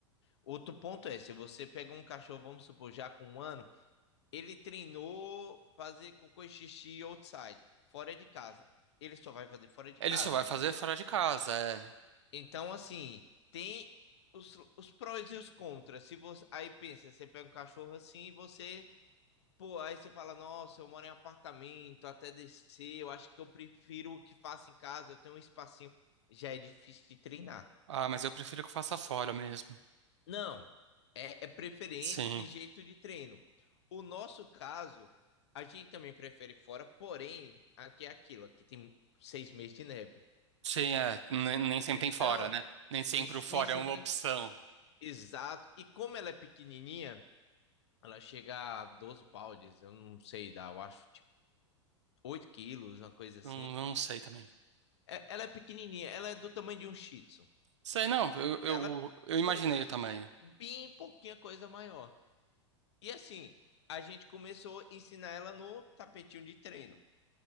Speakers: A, on the left (about 60°); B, on the right (about 65°).
A: Outro ponto é, se você pega um cachorro, vamos supor, já com um ano, ele treinou fazer cocô e xixi outside, fora de casa. Ele só vai fazer fora de
B: Ele
A: casa,
B: só vai
A: então.
B: fazer fora de casa, é.
A: Então, assim, tem os, os prós e os contras. Se você, aí pensa, você pega um cachorro assim e você Pô, aí você fala, nossa, eu moro em apartamento, até descer, eu acho que eu prefiro o que faço em casa, eu tenho um espacinho. Já é difícil de treinar.
B: Ah, mas eu prefiro que faça fora mesmo.
A: Não, é, é preferência
B: Sim.
A: e jeito de treino. O nosso caso, a gente também prefere fora, porém, aqui é aquilo, aqui tem seis meses de neve.
B: Sim, é. Nem, nem sempre
A: Então,
B: tem fora, né? Nem sempre
A: isso
B: o fora
A: nem sempre
B: é uma opção.
A: tem. Exato. E como ela é pequenininha, ela chega a 12 pounds, eu não sei, dá, eu acho, tipo, 8 quilos, uma coisa assim.
B: Não, não sei também.
A: É- ela é pequenininha, ela é do tamanho de um Shih Tzu.
B: Sei, não. Eu, eu,
A: Ela é
B: eu imaginei
A: pouquinho,
B: o tamanho.
A: bem pouquinha coisa maior. E assim, a gente começou a ensinar ela no tapetinho de treino.